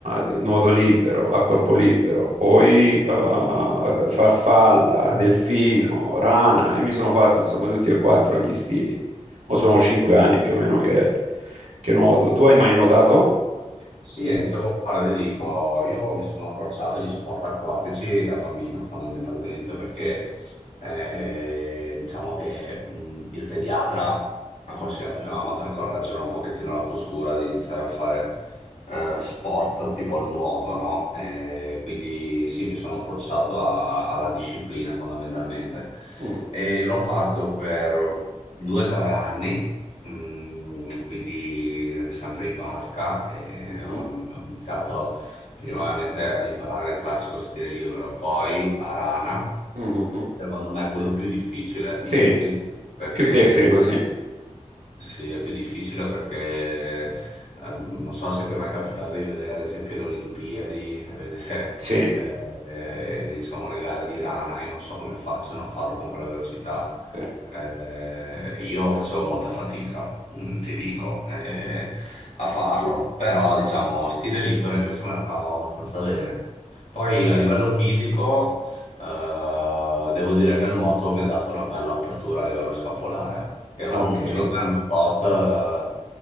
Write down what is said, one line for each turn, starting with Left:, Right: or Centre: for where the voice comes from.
Right: eh, nuoto libero, a corpo libero, poi eh, farfalla,
Left: Mm.
Right: delfino, rana e mi sono fatto insomma tutti e quattro gli stili. O sono cinque anni più o meno che, che nuoto. Tu hai mai nuotato?
Left: Sì, Enzo, guarda, ti dico, io mi sono approcciato agli sport acquatici da bambino, fondamentalmente, perché eh, diciamo che mm, il pediatra ha consigliato a mia mamma per correggere un pochettino la postura di iniziare a fare eh, sport tipo il nuoto, no? Eh, quindi sì, mi sono approcciato a- alla disciplina, fondamentalmente.
Right: Mhm,
Left: E l'ho fatto per due o tre anni. Mm, quindi sempre in basca e
Right: mhm,
Left: ho, ho iniziato prima ovviamente ad imparare il classico stile libero, poi a rana
Right: mhm.
Left: Secondo me è quello più difficile di
Right: Sì,
Left: tutti, perché
Right: più tecnico, sì.
Left: sì, è più difficile perché ehm, non so se ti è mai capitato di vedere ad esempio le Olimpiadi e vedere
Right: Sì,
Left: eh, eh, diciamo le gare di rana, io non so come facciano a farlo con quella velocità.
Right: sì.
Left: Eh, io facevo molta fatica, mm, ti dico, eh, a farlo, però diciamo stile libero invece me la cavo abbastanza bene. Poi a livello fisico eh, devo dire che il nuoto mi ha dato una bella apertura a livello scapolare, che è un-
Right: Ah, ok,
Left: secondo me è uno sport, eh,